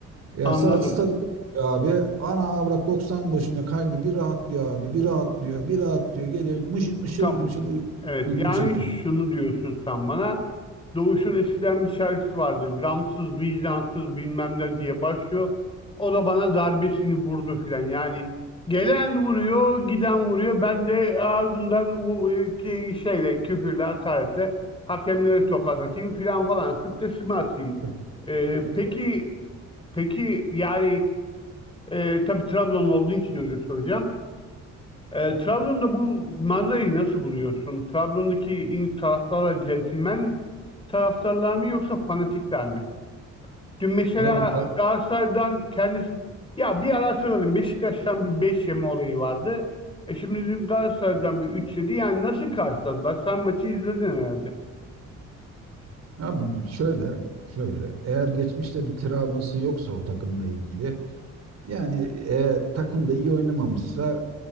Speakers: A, on the right; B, on the left.
A: ya
B: anladım.
A: saat stada gidiyor abi. Ana avrat 90 başında kaynıyor. Bir rahatlıyor abi. Bir rahatlıyor. Bir rahatlıyor. Geliyor mışıl mışıl,
B: Tamam.
A: mışıl uy-
B: Evet
A: uyku
B: yani
A: çekiyor.
B: şunu diyorsun sen bana. Doğuş'un eskiden bir şarkısı vardı. Gramsız, vicdansız bilmem ne diye başlıyor. O da bana darbesini vurdu filan. Yani gelen vuruyor, giden vuruyor. Ben de ağzımdan vu- ki- şeyle, küfürle, hakaretle hakemlere tokat atayım filan falan. Stresimi atayım.
A: Tabii.
B: Ee,
A: Yani
B: peki,
A: fa-
B: peki yani e, tabii Trabzon olduğu için öyle soracağım. E, Trabzon'da bu manzarayı nasıl buluyorsun? Trabzon'daki in taraftarlar centilmen taraftarlar mı yoksa fanatikler mi? Dün mesela
A: abi kar-
B: Galatasaray'dan kendisi ya bir ara hatırladım Beşiktaş'tan bir 5 yeme olayı vardı. E şimdi dün Galatasaray'dan bir 3 yedi. Yani nasıl karşıladılar? Sen maçı izledin herhalde.
A: abi şöyle şöyle eğer geçmişte bir travması yoksa o takımla ilgili Yani eğer takım da iyi oynamamışsa